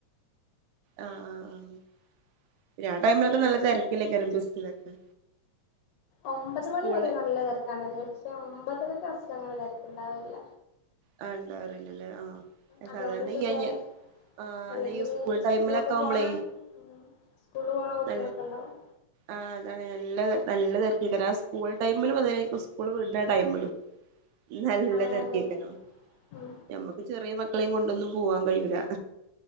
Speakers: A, on the right (about 80°); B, on the left (about 65°).
A: ആഹ് ആഹ് പിന്ന ആ ടൈമിലൊക്കെ നല്ല തിരക്കല്ലേ ബസ്സിലൊക്കെ.
B: ഒമ്പത്
A: സ്കൂളില്
B: മണി വരെ നല്ല തിരക്കാണല്ലേ പക്ഷെ ഒമ്പത് ഒമ്പതിന്റെ ബസ്സിലങ്ങനെ തിരക്ക് ഉണ്ടാവില്ല
A: ആ ഉണ്ടാവറില്ലല്ലേ ആഹ്
B: അതുകൊണ്ട്
A: സാധാരണ
B: സുഖായി
A: ഈ ആ
B: അല്ലെങ്കിൽ
A: അല്ല സ്കൂൾ ടൈമിലൊക്കെ
B: സ്കൂളിൽ
A: ആവുമ്പളേ
B: പോണ ഉം സ്കൂളിൽ പോണ കുട്ടികളൊക്കെ
A: ന
B: ഉണ്ടാവും
A: ആഹ് അതാണ് നല്ല. നല്ല തിരക്കായിരിക്കും കാരണം ആ സ്കൂൾ ടൈമിലും അതെ സ്കൂൾ വീടണ ടൈമിലും നല്ല
B: ആ
A: തിരക്കെ
B: അതന്നെ
A: <unintelligible>
B: ഉം
A: ഞമ്മുക്ക് ചെറിയ മ മക്കളെയും കൊണ്ടൊന്നും പോവാൻ കഴിയൂല